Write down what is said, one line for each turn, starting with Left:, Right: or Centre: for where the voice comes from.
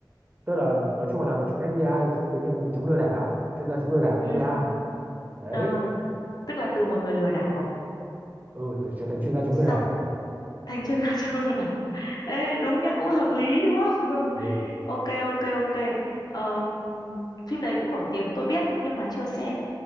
Right: tức là nói chung là làm việc cho FBI trong cái nhiệm vụ chống lừa đảo chuyên gia chống lừa đảo FBI
Left: ừ
Right: đấy
Left: ờ tức là từ một người lừa đảo
Right: ừ thử trở thành chuyên gia chống
Left: xong
Right: lừa đảo
Left: thành chuyên gia trong lừa đảo Ê, đúng nhá cũng hợp lý đúng không
Right: ừ
Left: <laughs> ok ok ok Ờm, phim đấy cũng nổi tiếng tôi biết nhưng mà chưa xem